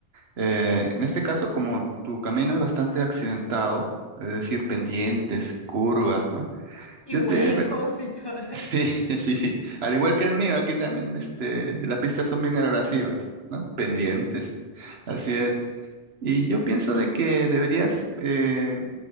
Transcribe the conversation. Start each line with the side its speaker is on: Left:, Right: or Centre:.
Right: Eh, en este caso, como tu camino es bastante accidentado, es decir, pendientes, curvas, ¿no?
Left: Y
Right: Yo
Left: huecos
Right: te reco-
Left: y todo. <laughs>
Right: <laughs> Sí, sí. Al igual que el mío, aquí también este, las pistas son bien abrasivas, ¿no? Pendientes.
Left: Sí,
Right: Así es. Y yo pienso de que deberías eh,